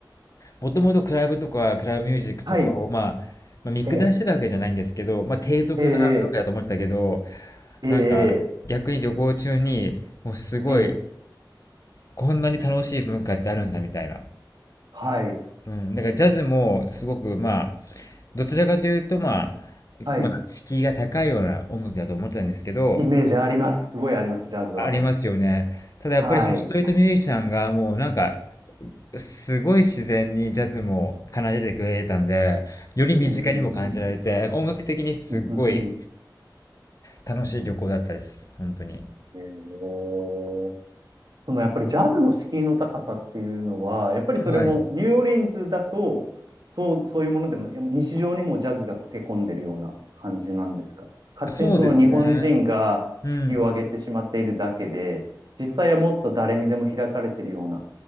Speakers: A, on the left (about 45°); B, on the right (about 60°).
A: もともとクラブとかクラブミュージックとかを、
B: はい。
A: まあ、まあ、見下してたわけじゃないんですけど、
B: ええ、
A: まあ、低俗な文化だと思ってたけど、
B: ええ、ええ、
A: なんか逆に旅行中に、もうすごい、
B: ええ、
A: こんなに楽しい文化ってあるんだみたいな。
B: はい。
A: うん。だからジャズもすごく、まあ、どちらかというと、まあ、
B: はい。
A: まあ、敷居が高いような音楽だと思ってたんですけど、
B: イメージあります。すごいあります、ジャズは。
A: ありますよね。ただやっぱりそのストリートミュージシャンがもうなんか、
B: はい。
A: すごい自然にジャズも奏でてくれてたんで、より身近にも感じられて、
B: うんうんうん
A: 音楽的にすっごい
B: うんうんうんうん
A: 楽しい旅行だったです。本当に。
B: ええ <laughs> そのやっぱりジャズの敷居の高さっていうのは、やっぱりそれもニューオーリンズだと、
A: はい。
B: そう、そういうものでもない、いや日常にもジャズが溶け込んでるような感じなんですか勝手にその日本人が敷居を上げてしまっているだけで、
A: そうですね。うん。
B: 実際はもっと誰にでも開かれてるような、